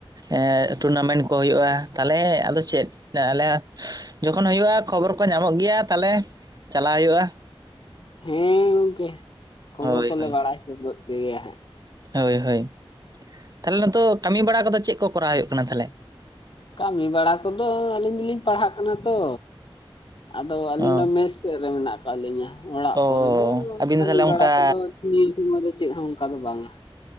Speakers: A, on the right; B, on the left.
A: ᱮᱜ ᱴᱩᱨᱱᱟᱢᱮᱱᱴ ᱠᱚ ᱦᱩᱭᱩᱜᱼᱟ, ᱛᱟᱦᱚᱞᱮ ᱟᱫᱚ ᱪᱮᱫ ᱟᱞᱮᱼᱼ ᱡᱚᱠᱷᱚᱱ ᱦᱩᱭᱩᱜᱼᱟ, ᱠᱷᱚᱵᱚᱨ ᱠᱚ ᱧᱟᱢᱚᱜ ᱜᱮᱭᱟ ᱛᱟᱦᱚᱞᱮ ᱪᱟᱞᱟᱣ ᱦᱩᱭᱩᱜᱼᱟ᱾
B: ᱦᱮᱸ ᱜᱚᱝᱠᱮ ᱠᱷᱚᱵᱚᱨ
A: ᱦᱳᱭ
B: ᱠᱚᱞᱮ
A: ᱦᱳᱭ
B: ᱵᱟᱲᱟᱭ ᱦᱚᱪᱚ ᱯᱮᱜᱮᱭᱟ ᱦᱟᱸᱜ᱾
A: ᱦᱳᱭ ᱦᱳᱭ, ᱛᱟᱦᱚᱞᱮ ᱱᱤᱛᱚᱜ ᱠᱟᱹᱢᱤ ᱵᱟᱲᱟ ᱠᱚᱫᱚ ᱪᱮᱫ ᱠᱚ ᱠᱚᱨᱟᱣ ᱦᱩᱭᱩᱜ ᱠᱟᱱᱟ ᱛᱟᱦᱚᱞᱮ?
B: ᱠᱟᱹᱢᱤ ᱵᱟᱲᱟ ᱠᱚᱫᱚ, ᱟᱹᱞᱤᱧ ᱫᱚᱞᱤᱧ ᱯᱟᱲᱦᱟᱜ ᱠᱟᱱᱟ ᱛᱚ᱾ ᱟᱫᱚ ᱟᱹᱞᱤᱧ
A: ᱚ
B: ᱢᱟ ᱢᱮᱥ ᱥᱮᱫ ᱨᱮ ᱢᱮᱱᱟᱜ ᱟᱠᱟᱜ ᱞᱤᱧᱟ ᱚᱲᱟᱜ
A: ᱚ
B: ᱠᱚᱨᱮ ᱫᱚ
A: ᱟᱹᱵᱤᱱ
B: ᱠᱟᱹᱢᱤ
A: ᱫᱚ ᱛᱟᱦᱚᱞᱮ ᱚᱱᱠᱟ
B: ᱵᱟᱲᱟ ᱠᱚᱫᱚᱼᱼ ᱥᱚᱢᱚᱭ ᱫᱚ ᱪᱮᱫ ᱦᱚᱸ ᱚᱱᱠᱟ ᱫᱚ ᱵᱟᱝᱟ᱾